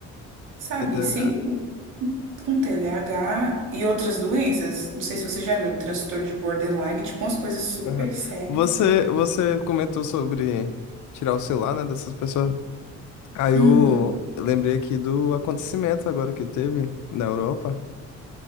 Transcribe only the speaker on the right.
sabe?
Sem. Com TDAH e outras doenças. Não sei se você já viu, transtorno de borderline, tipo, umas coisas super
sérias,
cara.
Uhum.